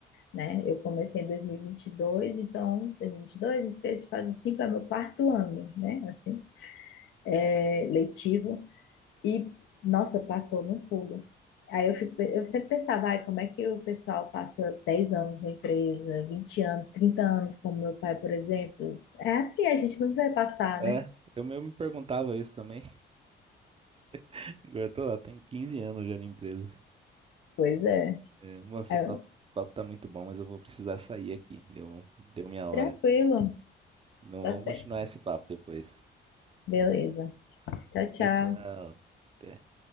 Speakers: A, on the left (about 70°); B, on the right (about 30°).
A: né? Eu comecei em 2022, então 2022, 2023, faz cinco é meu quarto ano, né? Assim, é, letivo. E, nossa, passou num pulo. Aí eu, fico, eu sempre pensava, ai, como é que o pessoal passa 10 anos na empresa, 20 anos, 30 anos, como meu pai, por exemplo. É assim, a gente não vai passar,
B: é,
A: né?
B: eu mesmo me perguntava isso também. <laughs> Agora eu tô lá, tenho 15 anos já na empresa.
A: Pois é.
B: É, moço,
A: Aí
B: o papo,
A: eu,
B: o papo tá muito bom, mas eu vou precisar sair aqui. Deu, deu minha hora.
A: tranquilo,
B: Então
A: tá
B: vamos
A: certo.
B: continuar esse papo depois.
A: Beleza. Tchau, tchau.
B: Tchau, tchau. Até.